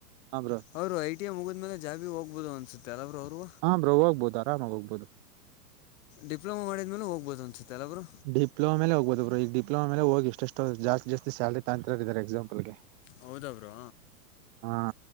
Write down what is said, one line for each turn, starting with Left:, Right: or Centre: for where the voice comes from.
Right: ಹ್ ಬ್ರೋ.
Left: ಅವರು ಐ ಟಿ ಎ ಮುಗಿದ್ಮೇಲೆ ಜಾಬಗೆ ಹೋಗ್ಬೋದು ಅನ್ಸುತ್ತೆ ಎಲ್ಲ ಅವರು ಅವ್ರು.
Right: ಹಾ ಬ್ರೋ ಹೋಗ್ಬೋದು ಆರಾಮಾಗ ಹೋಗ್ಬೋದು.
Left: ಡಿಪ್ಲೊಮಾ ಮಾಡಿದ್ಮೇಲೆ ಹೋಗ್ಬಹದು ಅನ್ಸುತ್ತೆ ಅಲ್ಲ ಬ್ರೋ.
Right: ಡಿಪ್ಲೋಮಾ ಮೇಲೇ ಹೋಗ್ಬೋದು ಬ್ರೋ ಈ ಡಿಪ್ಲೋಮ ಮೇ ಲೇ ಹೋಗ ಇಷ್ಟ ಜಸ್ತಿ ಜಾಸ್ ಸಾಲರಿ ತಗಂತರ ಇದಾರೆ ಎಕ್ಸಾಂಪಲ್ಗೆ.
Left: ಹೌದ ಬ್ರೋ.
Right: ಹಾ